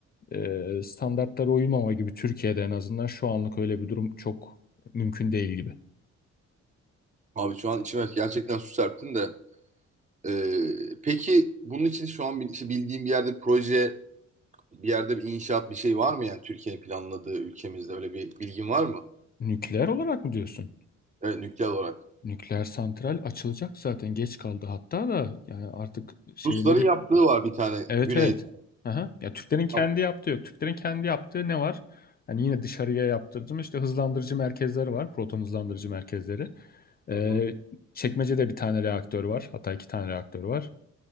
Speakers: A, on the left; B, on the right.
A: e, standartlara uymama gibi Türkiye'de en azından şu anlık öyle bir durum çok mümkün değil gibi.
B: Abi şu an içime gerçekten su serptin de Ee, peki bunun için şu an bil- işte bildiğim bir yerde proje, bir yerde bir inşaat bir şey var mı yani Türkiye'nin planladığı ülkemizde öyle bir bilgin var mı?
A: Nükleer olarak mı diyorsun?
B: Evet, nükleer olarak.
A: Nükleer santral açılacak zaten geç kaldı hatta da yani artık şeyleri
B: Rusların yaptığı var bir tane
A: Evet
B: güneyde.
A: evet. Aha. Ya Türklerin kendi
B: Tamam.
A: yaptığı yok. Türklerin kendi yaptığı ne var? Hani yine dışarıya yaptırdım. İşte hızlandırıcı merkezleri var. Proton hızlandırıcı merkezleri.
B: Hı
A: Ee,
B: hı.
A: Çekmece'de bir tane reaktör var. Hatta iki tane reaktör var.